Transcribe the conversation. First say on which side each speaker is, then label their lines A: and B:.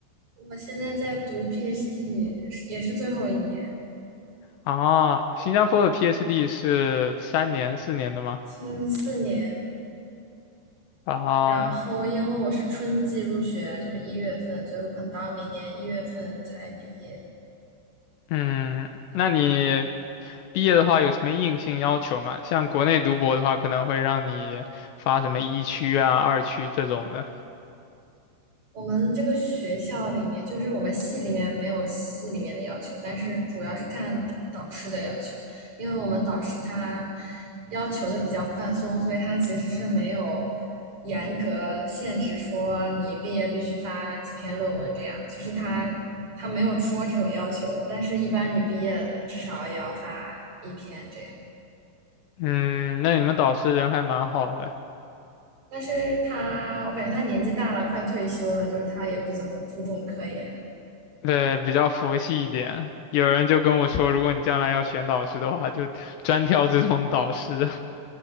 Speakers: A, on the right (about 40°); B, on the left (about 75°).
A: 我现在在读 PhD，也是最后一年，
B: 啊？新加坡的 PhD 是三年四年的吗？
A: 是四年。
B: 啊，
A: 然后因为我是春季入学，就是一月份，所以我可能到明年一月份才毕业。
B: 嗯，那你毕业的话有什么硬性要求吗？像国内读博的话，可能会让你发什么一区啊、二区这种的。
A: 我们这个学校里面，就是我们系里面没有系里面的要求，但是主要是看导导师的要求，因为我们导师他要求的比较宽松，所以他其实是没有严格限制说你毕业必须发几篇论文这样，就是他他没有说这种要求，但是一般你毕业至少也要发一篇这样。
B: 嗯，那你们导师人还蛮好的，
A: 但是他，我感觉他年纪大了，快退休了，就是他也不怎么注重科研。
B: 对，比较佛系一点。有人就跟我说，如果你将来要选导师的话，就专挑这种导师。<laughs>